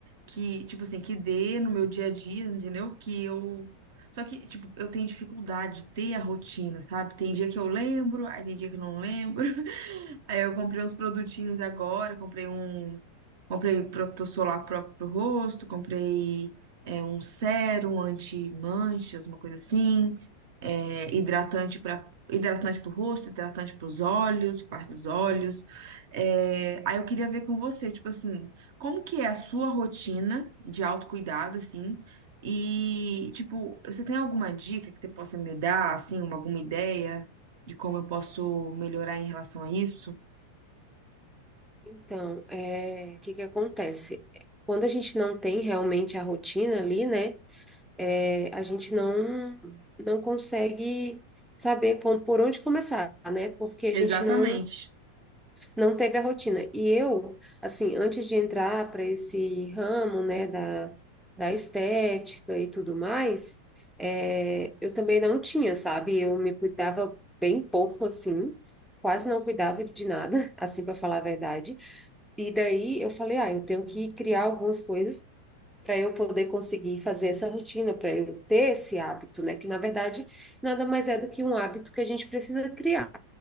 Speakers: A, on the right; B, in the centre.
A: que, tipo assim, que dê no meu dia a dia, entendeu? Que eu. Só que, tipo, eu tenho dificuldade de ter a rotina, sabe? Tem dia que eu lembro, aí tem dia que eu não lembro. <laughs> Aí eu comprei uns produtinhos agora, comprei um Comprei protetor solar próprio pro rosto, comprei é, um sérum anti-manchas, uma coisa assim, é, hidratante para hidratante pro rosto, hidratante para os olhos, pra parte dos olhos. É, aí eu queria ver com você, tipo assim, como que é a sua rotina de autocuidado, assim, e, tipo, você tem alguma dica que você possa me dar, assim, uma, alguma ideia de como eu posso melhorar em relação a isso?
B: Então, é, o que que acontece? Quando a gente não tem realmente a rotina ali, né? é, a gente não não consegue saber como- por onde começar, né? Porque a
A: Exatamente.
B: gente não não teve a rotina. E eu, assim, antes de entrar para esse ramo, né, da, da estética e tudo mais, é, eu também não tinha, sabe? Eu me cuidava bem pouco, assim, quase não cuidava de nada, <laughs> assim, para falar a verdade. E daí eu falei, ah, eu tenho que criar algumas coisas para eu poder conseguir fazer essa rotina, para eu ter esse hábito, né? Que na verdade nada mais é do que um hábito que a gente precisa criar.